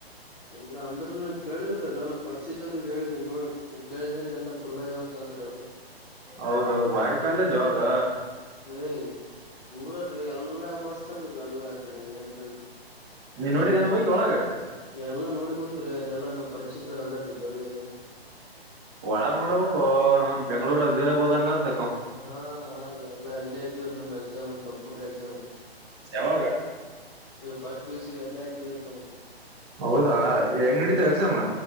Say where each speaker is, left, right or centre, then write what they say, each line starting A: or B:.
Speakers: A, on the left (about 35°); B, on the right (about 25°).
A: ಇಲ್ಲಾ ಅಂದ್ರನ್ನ ಕೇಳಿಲ್ರ ಇಲ್ಲ ಪರಿಚಿದರು ಹೇಳಿ ನೋಡ ಈ ಕೇಳಿದ್ರ ಎಲ್ಲ ಪುಲ್ಲಯ್ಯವ ಅಂತ ಅಂದ್ರೀ ಅವ್ರು
B: ಹೌದು ಹೌದುಅದು ಬಾರಿ ಕಾಲೇಜು ಅದು
A: ಏ ಪೂರ ರೀ ಎಲ್ಲಾ ಮಾಡಸ್ತಾರಲ್ಲ ಎಲ್ಲಾ ಕಡೆ ಏನ್ ಬೇು
B: ನೀನ್ ನೋಡಿದೆ ನೋಡಿ ಒಳಗೆ
A: ಎಲ್ಲಾ ನೋಡಿ ಬಂದ್ರೀ ಅಲ್ಲಿ ಎಲ್ಲಾ ನಮ್ ಪರಿಚಿದರು ಅದ ರೀ ಜೋರಿಾಗ
B: ಒಳಗ್ ನೋಡ್ಬೇಕು ನನ್ ಬೆಂಗ್ಳೂರು ಅದಿರಾಗ ಹೋದಂಗತ್
A: ಹಾ ಹಾ ರೀ ಎಲ್ಲಾ ಅಲ್ಲೇ ಇದ್ದ್ ರೀ ನಮ್ ಎಕ್ಸಾಮ್ನ್ ಕಂಪ್ಯೂಟರ್ ಎಕ್ಸಾಮ್
B: ಯಾವಾಗ
A: ಇವ್ ಫಸ್ಟ್ ಪಿ ಯು ಸಿ ಗೆ ಅಲ್ಲೇ ಹಾಕಿದ್ರಿ ನಮ್ಗ್
B: ಹೌದಾ ಹೆಂಗ ನಡತ ಎಕ್ಸಾಮು?